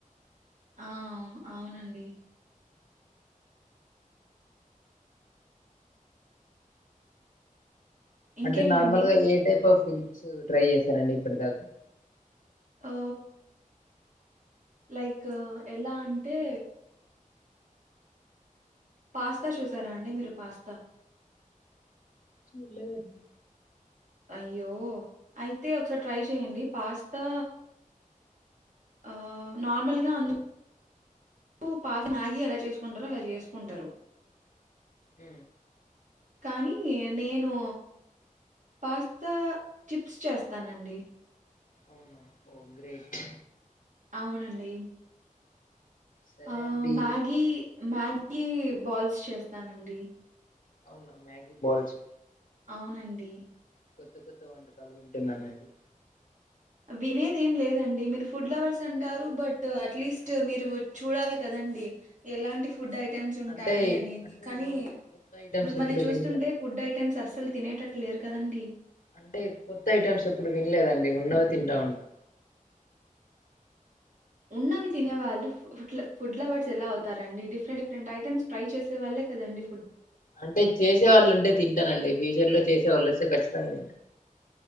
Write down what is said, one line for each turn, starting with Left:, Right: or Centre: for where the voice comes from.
Right: ఆ అవునండి ఇంకేంటండి
Left: అంటే నార్మల్గా ఏ టైప్ ఆఫ్ ఫుడ్స్ ట్రై చేశారండి ఇప్పటిదాకా
Right: ఆ లైక్ ఎలా అంటే పాస్తా చూసారా అండి మీరు పాస్తా
Left: చూలేదండి
Right: అయ్యో అయితే ఒకసారి ట్రై చేయండి పాస్తా ఆ నార్మల్గా అందు కు పాస్తా మ్యాగీ ఎలా చేసుకుంటారో అలా చేసుకుంటారు
Left: ఉ
Right: కనీ నేను పాస్తా చిప్స్ చేస్తానండి
Left: అవునా ఓ గ్రేట్
Right: అవునండి
Left: సరే
Right: ఆ
Left: అండి
Right: మ్యాగీ మ్యాగీ బాల్స్ చేస్తానండి
Left: అవునా మ్యాగీ బాల్సు
Right: అవునండి.
Left: కొత్త కొత్త వంటకాలు వింటున్నానండి
Right: వినేది ఏం లేదండి మీరు ఫుడ్ లవర్స్ అంటారు బట్ అట్లీస్ట్ మీరు చూడాలి కదం అండి ఎలాంటి ఫుడ్ ఐటెమ్స్ ఉంటాయి
Left: అంటే
Right: అనేది
Left: అంటే
Right: కానీ
Left: ఇలాంటి కొత్త ఐటమ్స్
Right: మీరు మళ్ళీ
Left: ఎప్పుడు
Right: చూస్తుంటే
Left: వినలేదండి
Right: ఫుడ్ ఐటెమ్స్ అస్సలు తినేటట్ లేరు కదండి
Left: అంటే కొత్త ఐటమ్స్ ఎప్పుడు వినలేదండి ఉన్నవి తింటా ఉంటా
Right: ఉన్నవి తినే వాళ్ళు ఫుడ్ ఫుడ్ లవర్స్ ఎలా అవుతారండి డిఫరెంట్ డిఫరెంట్ ఐటమ్స్ ట్రై చేసే వాళ్ళే కదండి
Left: అంటే చేసే వాళ్ళుంటే తింటానండి ఫ్యూచర్ లో చేసేవాళ్ళు వస్తే ఖచ్చితంగా తింటా